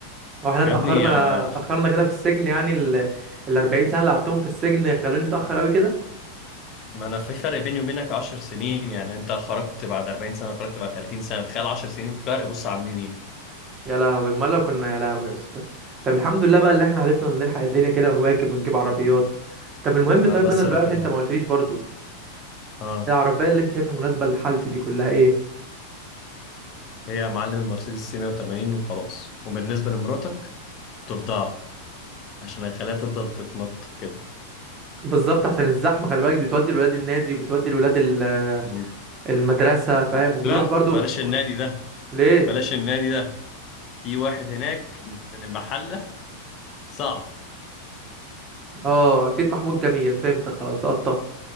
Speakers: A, on the right; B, on the left.
A: هو احنا اتأخرنا
B: يا ابني آه،
A: اتأخرنا كده في السجن يعني ال ال 40 سنة اللي قعدتهم في السجن خلوني متأخر قوي كده
B: ما انا في فرق بيني وبينك 10 سنين يعني انت خرجت بعد 40 سنة خرجت بعد 30 سنة تخيل 10 سنين فرق بص عاملين ايه
A: يا لهوي امال لو كنا يا لهوي يا اسطى طب الحمد لله بقى اللي احنا عرفنا نلحق الدنيا كده ونواكب ونجيب عربيات طب المهم
B: يا
A: طيب
B: عم بس
A: انا دلوقتي
B: ربنا
A: انت ما قلتليش برضو
B: اه
A: العربية اللي انت شايفها مناسبة لحالتي دي كلها ايه
B: هي يا معلم المرسيدس سي 180 وخلاص وبالنسبة لمراتك تفضل عشان اخليها تفضل تتنطط كده
A: بالظبط عشان الزحمة خلي بالك دي بتودي الولاد النادي بتودي الولاد ال-
B: مم.
A: المدرسة فاهم وبتروح
B: لا
A: برضو
B: بلاش النادي
A: وبت-
B: ده
A: ليه
B: بلاش النادي ده في واحد هناك من المحلة صعب
A: اه اكيد محمود جميل فهمت خلاص لقطة